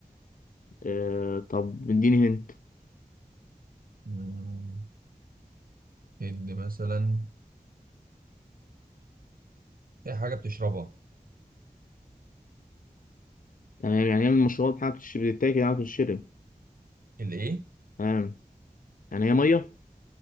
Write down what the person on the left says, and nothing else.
آه طب اديني هنت
تمام يعني هي من المشروبات حاجة بتشرب بتتاكل حاجة بتشرب
تمام يعني هي مية